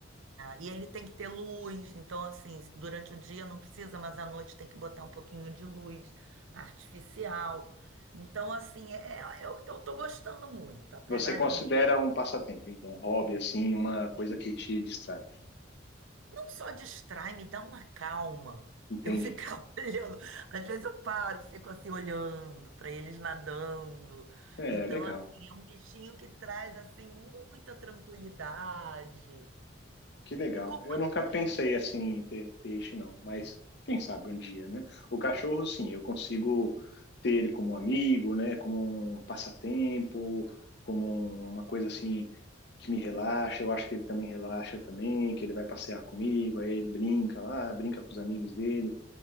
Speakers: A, on the right; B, on the left.
A: e ele tem que ter luz, então assim, durante o dia não precisa, mas à noite tem que botar um pouquinho de luz artificial. Então, assim, é- eu, eu tô gostando muito, apesar
B: Você considera
A: de não
B: um passatempo, então, um hobby, assim, uma coisa que te distrai.
A: não só distrai, me dá uma calma.
B: Entendi.
A: Eu ficava <laughs> olhando, às vezes eu paro, fico assim olhando para eles nadando.
B: É,
A: Então,
B: legal.
A: assim, é um bichinho que traz assim muita tranquilidade
B: Que legal.
A: e companhia.
B: Eu nunca pensei assim em ter peixe, não, mas quem sabe um dia, né? O cachorro, sim, eu consigo ter ele como um amigo, né? Como um passatempo, como uma coisa assim que me relaxa. Eu acho que ele também relaxa também, que ele vai passear comigo, aí ele brinca lá, brinca com os amigos dele